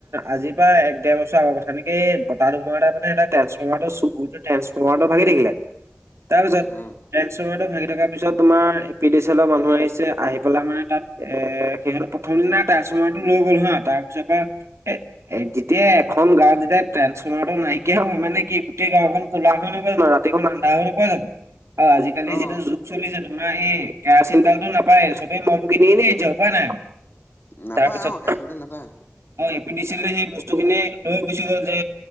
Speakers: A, on the right (about 75°); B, on the left (about 50°).
A: আজিৰ পৰা এক ডেৰ বছৰ আগৰ কথা এনেকে এই বতাহ ধুমৰা তটা মানে সহ ট্ৰেঞ্চস্ফৰমটো চুবুৰটো ট্ৰেঞ্চফৰ্মাৰ ভাগি থাকিলে তাৰপিছত
B: অ
A: ট্ৰেন্ঞ্চফৰ্মাৰটো ভাঙি থকাৰ পিছত তোমাৰ এ পি ডিচ এলৰ মানুহ আহিছে আহি পেলাই মানে তাত এ সিহঁততে প্ৰথম দিনা এ চমাৰটো লৈ গ'ল হা তাৰ পিছৰ পৰা এ এ যেতিয়া এখন গাঁও যেতিয়া ট্ৰেন্সফৰ্মাৰটো নাইকিয়া হ'ব মানে কি গোটেই গাঁওখন কোলা হৈ নহব ন। তে মানাহ কোৱা জানো। <unintelligible> অ, আজিকালি
B: অ
A: যিটো যুগ চলিছে তোমাৰ এই কেৰাচিন তোলটো নাপায় চবে মম। পনে যৌ প ন <unintelligible>
B: নাপায়
A: তাৰপিছত।
B: অ কেৰাচিন তেল নাপায়
A: অ এ পি ডি চি এলে সেই বস্তু খিনি লৈ গুচি গ'ল যে।